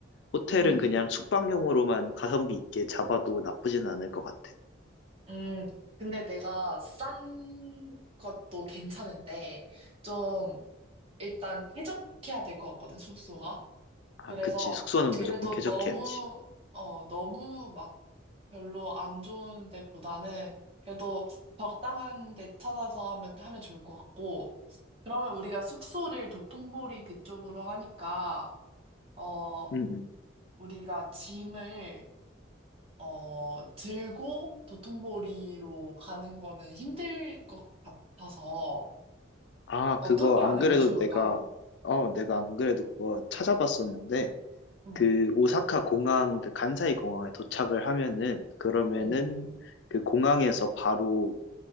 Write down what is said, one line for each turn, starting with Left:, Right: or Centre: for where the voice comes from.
Left: 호텔은
Right: 음,
Left: 그냥 숙박용으로만 가성비 있게 잡아도 나쁘진 않을 것 같아.
Right: 음. 근데 내가 싼 것도 괜찮은데 좀 일단 쾌적해야 될 것 같거든 숙소가.
Left: 아,
Right: 그래서
Left: 그치. 숙소는 무조건
Right: 그래도
Left: 쾌적해야지.
Right: 너무 어 너무 막 별로 안 좋은 데보다는 그래도 적당한 데 찾아서 하면, 하면 좋을 것 같고, 그러면 우리가 숙소를 도톤보리 그쪽으로 하니까, 어,
Left: 응응.
Right: 우리가 짐을, 어, 들고 도톤보리로 가는 거는 힘들 것 같아서,
Left: 아,
Right: 어떻게
Left: 그거 안
Right: 하는
Left: 그래도
Right: 게 좋을까?
Left: 내가, 어, 내가 안 그래도 그거 찾아봤었는데,
Right: 응,
Left: 그 오사카 공항, 그 간사이 공항에 도착을 하면은, 그러면은
Right: 응.
Left: 그 공항에서 바로